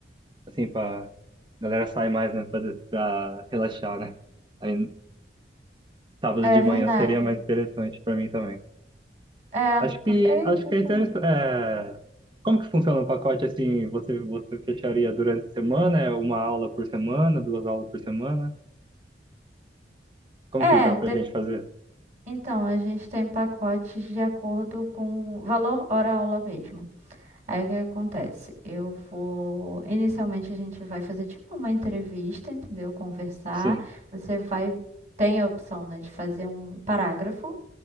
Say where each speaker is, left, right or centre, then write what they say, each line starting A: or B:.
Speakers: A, on the right; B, on the right.
A: assim, pra... A galera sai mais, né, pra, pra relaxar, né? Aí sábado
B: É
A: de manhã
B: verdade.
A: seria mais interessante pra mim também.
B: É,
A: Acho
B: porque
A: que,
B: aí
A: acho
B: fica.
A: que é interessante. É, como que funciona um pacote assim? Você, você fecharia durante a semana? É uma aula por semana, duas aulas por semana? Como que
B: É,
A: dá pra
B: de-
A: gente fazer?
B: então, a gente tem pacotes de acordo com valor hora-aula mesmo. Aí o que acontece? Eu vou. Inicialmente a gente vai fazer tipo uma entrevista, entendeu? Conversar.
A: Sim.
B: Você vai. Tem a opção, né, de fazer um parágrafo